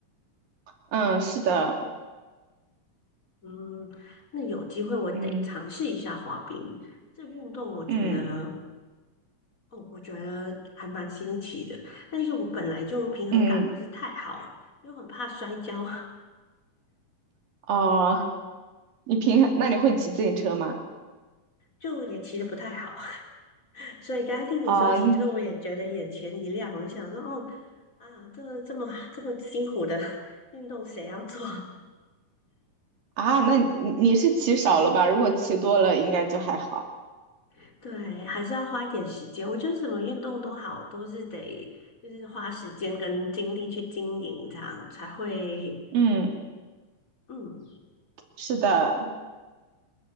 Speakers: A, on the right (about 85°); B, on the left (about 25°).
A: 嗯，是的，
B: 嗯，那有机会我得尝试一下滑冰。
A: 嗯
B: 这运动我觉得
A: 嗯
B: 哦，我觉得还蛮新奇的，但是我本来就平衡感不是太好，
A: 嗯，
B: 又很怕摔跤，<laughs>
A: 哦，你平，那你会骑自行车吗？
B: 就也骑得不太好，<laughs> 所以刚刚听你说骑车，
A: 哦，嗯
B: 我也觉得眼前一亮，我想说，哦，啊，这这么这么辛苦的 <laughs> 运动谁要做？
A: 啊，那你你是骑少了吧？如果骑多了，应该就还好。
B: <laughs> 对，还是要花一点时间。我觉得什么运动都好，都是得就是花时间跟精力去经营，这样才会，
A: 嗯，
B: 嗯。
A: 是的，